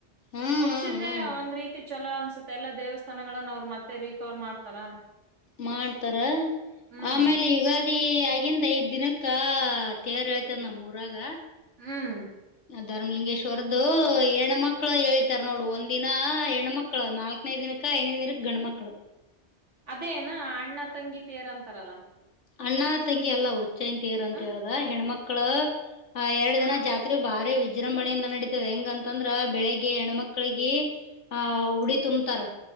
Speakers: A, on the left (about 80°); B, on the right (about 80°).
A: ಹ್ಮ್
B: ಒಪ್ಸಿದ್ರೆ
A: ಹ್ಮ್ ಹ್ಮ್
B: ಒಂದ್ ರೀತಿ ಚಲೋ ಅನ್ಸುತ್ತೆ ಎಲ್ಲಾ ದೇವಸ್ಥಾನಗಳನ್ನ ಅವ್ರು ಮತ್ತೆ ರಿಕವರ್ ಮಾಡ್ತಾರ
A: ಮಾಡ್ತಾರ
B: ಹ್ಮ್
A: ಆಮೇಲೆ ಯುಗ ಯುಗಾದಿ ಅದೀ ಆಗಂದ ಐದ್ ದಿನಕ್ಕ ತೇರ್ ಎಳಿತದ ನಮೂರಾಗ
B: ಹ್ಮ್
A: ಧರ್ಲಿಂಗೇಶ್ವರ್ದ್ದು ಹೆಣ ಮಕ್ಳು ಎಳಿತರ್ ನೋಡು ಒಂದ್ನ ಹೆಣ್ಮಕ್ಳ ನಾಲ್ಕನೈ ದಿನಕ್ಕ ಐನೈದು ದಿನಕ್ಕ ಗಂಡ್ಮಕ್ಳು
B: ಅದೇನಾ ಅಣ್ಣ ತಂಗಿ ತೇರ ಅಂತಾರಲ್ಲ
A: ಅಣ್ಣಾ ತಂಗಿ ಅಲ್ಲವ ಚೈನ್ ತೀರ್ ಅಂತ
B: ಹ
A: ಹೇಳದ ಹೆಣ್ಮಕ್ ಮಕ್ಕಳ ಹ ಎರಡು
B: ಹ್ಮ್
A: ದಿನ ಜಾತ್ರೆ ಭಾರಿ ವಿಜೃಂಭಣೆಯಿಂದ ನಡತದ ಹೆಂಗಂತಂದ್ರ ಬೆಳಿಗ್ ಹೆಣ್ಮಕ್ಳಿಗೆ ಆಹ ಉಡಿ ತುಂಬತಾರ